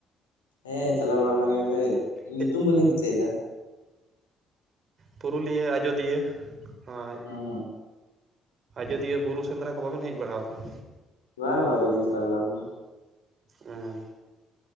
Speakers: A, on the left; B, on the right.
A: ᱦᱮᱸ ᱪᱟᱞᱟᱣ ᱵᱟᱲᱟ ᱠᱟᱱ ᱜᱮᱭᱟ ᱥᱮ
B: ᱦᱮᱡ
A: ᱧᱩᱛᱩᱢ ᱵᱟᱹᱞᱤᱧ ᱫᱤᱥᱟᱹᱭ ᱫᱟ᱾
B: ᱯᱩᱨᱩᱞᱤᱭᱟᱹ ᱟᱡᱚᱫᱤᱭᱟᱹ ᱦᱚᱭ᱾
A: ᱦᱩᱸ
B: ᱟᱡᱚᱫᱤᱭᱟᱹ ᱵᱩᱨᱩ ᱥᱮᱸᱫᱽᱨᱟ ᱠᱚ ᱵᱟᱹᱵᱮᱱ ᱦᱮᱡ ᱵᱟᱲᱟᱣ ᱠᱟᱱᱟ?
A: ᱵᱟ ᱵᱟ ᱵᱟᱹᱞᱤᱧ ᱪᱟᱞᱟᱣ ᱵᱟᱲᱟ ᱠᱟᱱᱟ᱾
B: ᱚᱸᱭ᱾